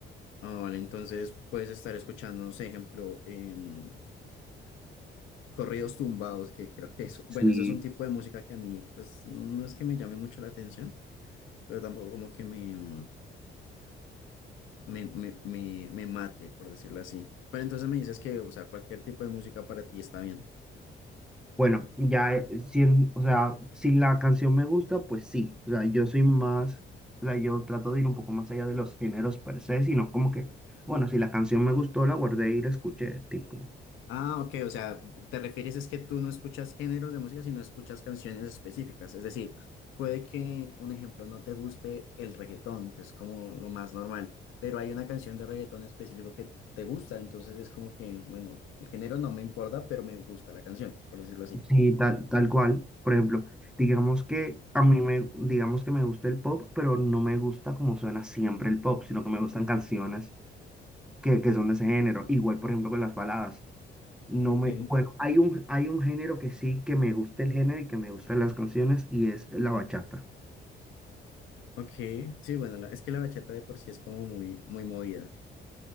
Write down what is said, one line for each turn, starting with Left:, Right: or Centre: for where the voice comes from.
Left: Ah, vale, entonces puedes estar escuchando, no sé, ejemplo, em, corridos tumbados, que creo que es, bueno,
Centre: sí
Left: eso es un tipo de música que a mí, pues, no es que me llame mucho la atención, pero tampoco como que me, mm, me, me, me, me mate, por decirlo así. Pero entonces me dices que, o sea, cualquier tipo de música para ti está bien.
Centre: Bueno, ya, eh, si, en- o sea, si la canción me gusta, pues sí. O sea, yo soy más, o sea, yo trato de ir un poco más allá de los géneros per se, sino como que, bueno, si la canción me gustó, la guardé y la escuché, tipo.
Left: Ah, ok, o sea, te refieres es que tú no escuchas géneros de música, sino escuchas canciones específicas. Es decir, puede que, un ejemplo, no te guste el reggaetón, que es como lo más normal, pero hay una canción de reggaetón específico que te gusta, entonces es como que, bueno, el género no me importa, pero me gusta la canción, por decirlo así.
Centre: Sí, tal, tal cual. Por ejemplo, digamos que a mí me, digamos que me gusta el pop, pero no me gusta como suena siempre el pop, sino que me gustan canciones que, que son de ese género. Igual, por ejemplo, con las baladas. No
Left: Ok,
Centre: me, bueno, hay un, hay un género que sí que me gusta el género y que me gustan las canciones y es la bachata.
Left: ok, sí, bueno, la- es que la bachata de por sí es como muy, muy movida.